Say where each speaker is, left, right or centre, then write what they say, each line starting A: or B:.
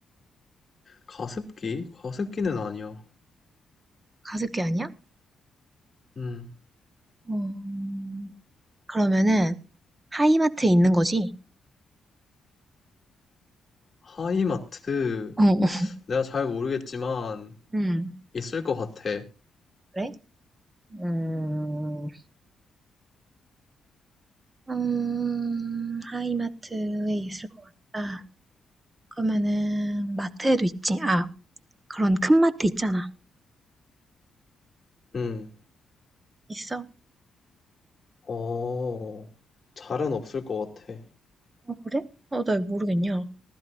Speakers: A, on the left; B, on the right.
A: 가습기? 가습기는 아니야.
B: 가습기 아니야?
A: 음,
B: 음, 그러면은 하이마트에 있는 거지?
A: 하이마트
B: 어, 어.
A: 내가 잘 모르겠지만
B: 음,
A: 있을 것 같아.
B: 그래? 음, 음, 하이마트에 있을 것 같다. 그러면은 마트에도 있지. 아, 그런 큰 마트 있잖아.
A: 음.
B: 있어.
A: 어, 잘은 없을 것 같아.
B: 아, 그래? 어, 나 이거 모르겠냐.